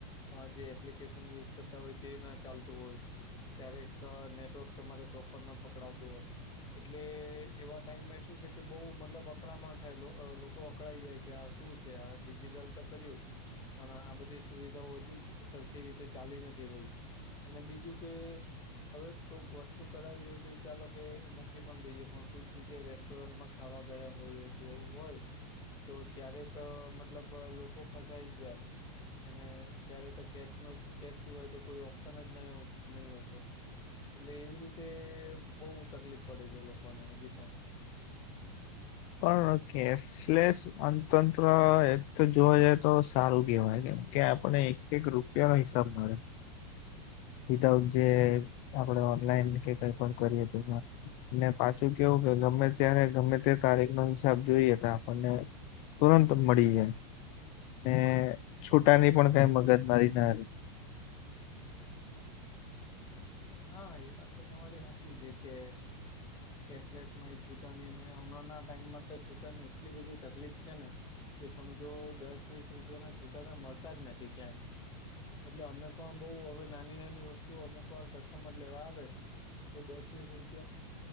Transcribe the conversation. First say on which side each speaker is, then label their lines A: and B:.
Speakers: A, on the left; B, on the left.
A: આ જે એપ્લિકેશન યુઝ કરતા હોય તે ના ચાલતું હોય ક્યારેક નેટવર્ક તમારે પ્રોપર ન પકડાતું હોય. એટલે એવા ટાઈમે શું છે કે બઉ મતલબ અકળમાંણ થાય લોકો અકળાઈ જાય કે આ શું છે આ ડિજિટલ તો કર્યું. પણ આ બધી સુવિધાઓ હજી સરખી રીતે ચાલી નથી રહી. અને બીજું કે? હવે કોઈક વસ્તુ કઢાવી હોય તો ચાલો કે મૂકી પણ દઈએ પણ કોઈક જગ્યાએ રેસ્ટોરન્ટમાં ખાવા ગયા હોય કે એવું હોય તો ત્યારે તો મતલબ લોકો ફસાઈ જ જાય. અને ત્યારે તો કેશ ન કેશ સિવાય તો કોઈ ઓપ્શન જ ન નહી નહી હોતો. એટલે એવી રીતે બઉુ તકલીફ પડે છે લોકોને હજી પણ
B: પણ કેશલેસ અતંત્ર એક જોવા જઈ તો સારું કેવાય કે. કે આપણને એક એક રૂપિયા નો હિસાબ મળે. વિધાઉટ જે આપણે ઓનલાઈન કે કઈ પણ કરીએ તો એમાં ને પાછું કેવું કે ગમે ત્યારે ગમે તે તારીખ નો હિસાબ જોઈએ તો આપણને તુરંત મળી જાય ને છુટાની પણ કઈ મગજ મારી ના.
A: હા એ વાત તો તમારી હાચી છે કે.
B: <unintelligible>
A: કેશલેસ માય છૂટાની ને હમણાં ટાઈમમાં તો છૂટાની એટલી બધી તકલીફ છે ને. કે સમજો દસ વીસ રૂપિયા ના છૂટા તો મળતા જ નથી ક્યાંય. એટલે અમે પણ બઉ હવે નાની નાની વસ્તુ અમુક વાર ક. સમર લેવા આવે તો દસ વીસ રૂપિયા